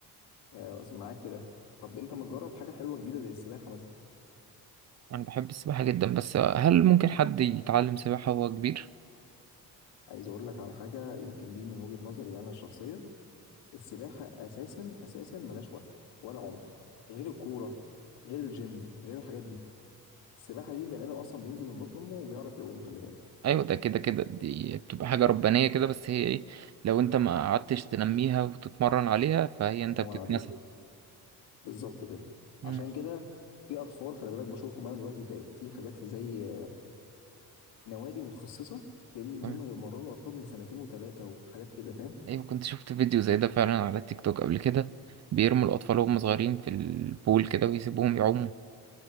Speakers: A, on the left; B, on the right.
A: آه، أصل معاك في ده طب انت ما تجرب حاجه حلوه جديده زي السباحه مثلا
B: أنا بحب السباحة جدا بس هل ممكن حد يتعلم سباحة وهو كبير؟
A: عايز اقول لك على حاجه يمكن دي من وجهه نظري انا الشخصيه السباحه اساسا اساسا ملاش وقت ولا عمر غير الكوره غير الجيم غير الحاجات دي السباحه دي البني ادم اصلا بينزل من بطن امه وبيعرف يعوم خلي بالك
B: ايوه ده كده كده دي بتبقى حاجه ربانيه كده بس هي ايه لو انت ما قعدتش تنميها وتتمرن عليها فهي
A: الله
B: انت
A: ينور
B: بتتنسى
A: عليك بالظبط كده
B: مم،
A: عشان كده في اطفال خلي بالك بشوفهم انا دلوقتي بقت في حاجات زي آه، نوادي متخصصه في ان هم
B: تمام
A: يمرنوا الاطفال من سنتين وثلاثه وحاجات كده فاهم
B: ايوه كنت شفت فيديو زي ده فعلا على تيك توك قبل كده بيرموا الاطفال وهم صغيرين في البول كده ويسيبوهم يعوموا